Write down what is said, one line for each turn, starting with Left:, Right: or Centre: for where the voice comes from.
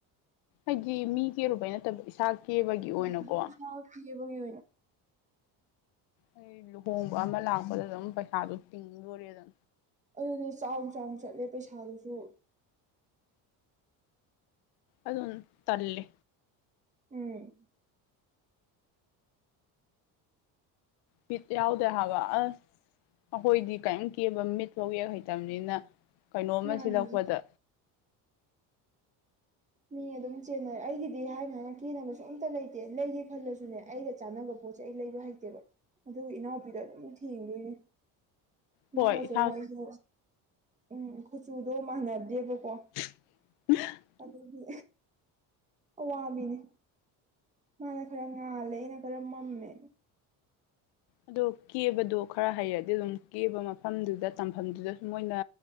Left: ꯍꯥꯏꯗꯤ ꯃꯤ ꯀꯦꯔꯨꯕꯩ ꯅꯠꯇꯕ ꯏꯁꯥ ꯀꯦꯕꯒꯤ ꯑꯣꯏꯅꯀꯣ
Right: ꯍꯣꯏ ꯏꯁꯥ ꯀꯦꯕꯒꯤ ꯑꯣꯏꯅ
Left: ꯑꯩ ꯂꯨꯍꯣꯡꯕ ꯑꯃ ꯂꯥꯛꯄꯗ ꯑꯗꯨꯝ ꯄꯩꯁꯥꯗꯣ ꯇꯤꯡꯗꯣꯔꯦꯅ
Right: ꯑꯗꯨꯗꯤ ꯆꯥꯎ ꯆꯥꯎꯅ ꯆꯠꯂꯦ ꯄꯩꯁꯥꯗꯨꯁꯨ
Left: ꯑꯗꯨꯝ ꯇꯜꯂꯦ
Right: ꯎꯝ
Left: ꯕꯤꯠ ꯌꯥꯎꯗꯦ ꯍꯥꯢꯕ ꯑꯁ ꯑꯩꯈꯣꯏꯗꯤ ꯀꯩꯝ ꯀꯦꯕ ꯃꯤꯠꯐꯥꯎ ꯌꯦꯛ ꯍꯩꯇꯝꯅꯤꯅ ꯀꯩꯅꯣꯝꯃ
Right: ꯃꯥꯅꯤ
Left: ꯁꯤꯜꯂꯛꯄꯗ
Right: ꯃꯤ ꯑꯗꯨꯝ ꯆꯦꯟꯅꯔꯦ ꯑꯩꯒꯤꯗꯤ ꯍꯥꯏꯅ ꯍꯥꯏꯅ ꯀꯦꯅꯕꯁꯨ ꯑꯝꯇ ꯂꯩꯇꯦ ꯂꯩꯒꯦ ꯈꯜꯂꯁꯨꯅꯦ__ ꯑꯩꯒ ꯆꯥꯟꯅꯕ ꯄꯣꯠꯁꯦ ꯑꯩ ꯂꯩꯕ ꯍꯩꯇꯦꯕ ꯑꯗꯨꯒ ꯏꯅꯥꯎꯄꯤꯗꯣ ꯑꯗꯨꯝ ꯊꯦꯡꯗꯣꯏꯅꯦ
Left: ꯍꯣꯏ
Right: ꯃꯥꯒꯁꯨ
Left: ꯏꯁꯥ
Right: ꯑꯄꯨꯛ ꯑꯩꯁꯨ ꯎꯝ ꯀꯨꯆꯨꯗꯣ ꯃꯥꯟꯅꯗꯦꯕꯀꯣ
Left: <unintelligible>
Right: ꯑꯗꯨꯒꯤ ꯑꯋꯥꯕꯤꯅꯤ ꯃꯥꯅ ꯈꯔ ꯉꯥꯜꯂꯦ ꯑꯩꯅ ꯈꯔ ꯃꯝꯃꯦ
Left: ꯑꯗꯣ ꯀꯦꯕꯗꯣ ꯈꯔ ꯍꯩꯔꯗꯤ ꯑꯗꯨꯝ ꯀꯦꯕ ꯃꯐꯝꯗꯨꯗ ꯇꯝꯐꯝꯗꯨꯗꯁꯨ ꯃꯣꯏꯅ